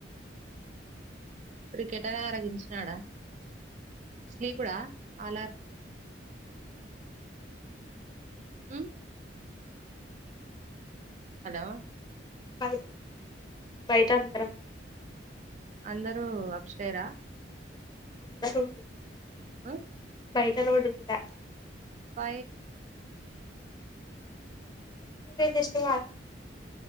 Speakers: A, on the right; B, on the left.
A: క్రికెట్ అని ఆరగించినాడా స్లీ కూడా అలార్ హ్మ్. హలో
B: బయటా బయట అంతరం
A: అందరూ అక్షయరా
B: అందరూ
A: ఆ
B: బయట రోడుంద
A: పై
B: ప జస్ వా అచ్చ